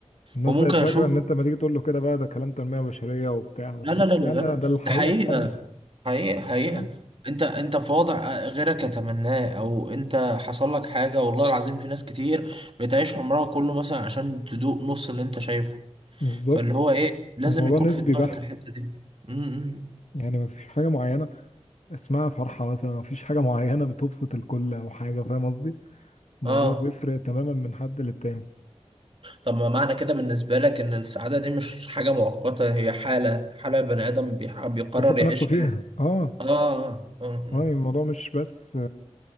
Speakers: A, on the left; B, on the right.
A: الناس
B: وممكن
A: بقت فاكرة
B: اشوف
A: ان انت ما تيجي تقول له كده بقى ده كلام تنمية بشرية وبتاع بس
B: لا لا لا لا
A: لا
B: لا
A: انا
B: لا.
A: ده الحقيقة
B: ده حقيقه
A: فعلا
B: حقيقه حقيقه
A: آه،
B: انت انت في وضع غيرك يتمناه او انت حصل لك حاجه والله العظيم في ناس كتير بتعيش عمرها كله مثلا عشان تدوق نص اللي انت شايفه
A: بالظبط
B: فاللي هو ايه لازم
A: الموضوع
B: يكون
A: نسبي
B: في دماغك
A: بحت
B: الحته دي امم
A: يعني ما فيش حاجة معينة اسمها فرحة مثلا ما فيش حاجة معينة بتبسط الكل او حاجة فاهم قصدي الموضوع
B: اه
A: بيفرق تماما من حد للتاني
B: طب ما معنى كده بالنسبة لك إن السعادة دي مش حاجة مؤقتة هي حالة حالة بني آدم بيح- بيقرر
A: بيحط
B: يعيشها
A: نفسه فيها اه
B: آه آه آه.
A: اه الموضوع مش بس